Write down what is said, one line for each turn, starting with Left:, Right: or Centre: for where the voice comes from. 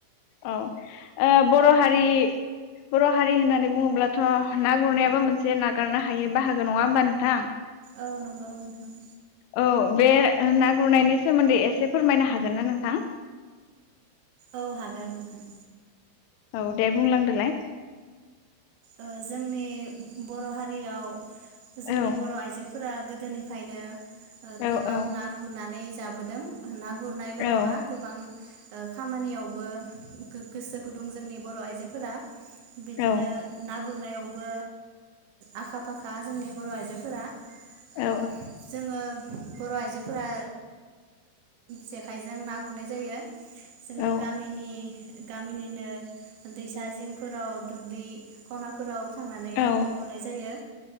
Left: औ ओ बर हारि बर हारि होननानै बुङोब्लाथ ना गुरनायाबो मोनसे नागारनो हायै बाहागो नङा होमबा नोंथां?
Right: औ नंगौ नोंथां।
Left: औ बे ना गुरनायनि सोमोन्दै एसे फोरमायनो हागोन ना नोंथां?
Right: औ हागोन नोंथां
Left: औ दे बुंलांदोलाय
Right: ओ जोंनि बर हारियाव जोंनि
Left: औ
Right: बर आइजोफोरा फ्रा गोदोनिफ्रायनो
Left: औ
Right: गोबां
Left: औ
Right: ना गुरनानै जा जाबोदों होनना गुरनायल
Left: औ
Right: नङा गोबां खामानियावबो गोसो गुदुं जोंनि बर आइजोफोरा। बिदिनो
Left: औ
Right: ना गुरनायावबो आखा फाखा जोंनि बर आइजोफोरा। ओ
Left: औ
Right: जोङो बर आइजोफोरा जेखाइजों ना गुरनाय जायो। जोङो
Left: औ
Right: गामिनि गामिनिनो दैसा जिंफोराव दुब्लि खनाफोराव थांनानै
Left: औ
Right: नाखौ गुरनाय जायो